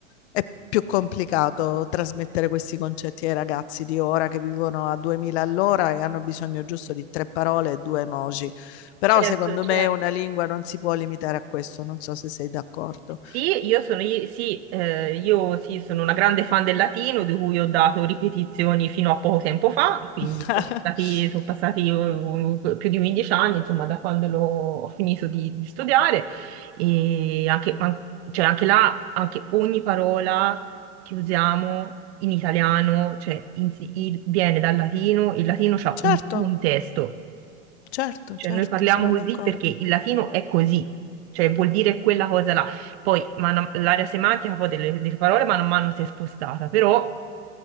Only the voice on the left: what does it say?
è più complicato trasmettere questi concetti ai ragazzi di ora che vivono a 2000 all'ora e hanno bisogno giusto di tre parole e due emoji. Però
secondo
me una lingua non si può limitare a questo, non so se sei d'accordo.
<laughs>
Certo,
certo,
certo,
sono
d'accordo.